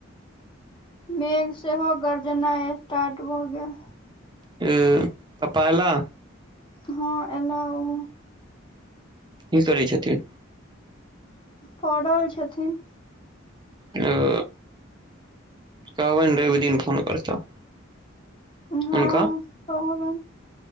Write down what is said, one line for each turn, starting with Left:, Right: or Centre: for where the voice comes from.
Left: मेघ सेहो गरजनाई स्टार्ट भ गेल
Right: आ पप्पा आइला
Left: ह ऐला ओ
Right: की करैय छथिन।
Left: परल छथिन।
Right: ओ कहबै ने रवि दिन फोन करता
Left: हा
Right: हुनका
Left: कहूँ न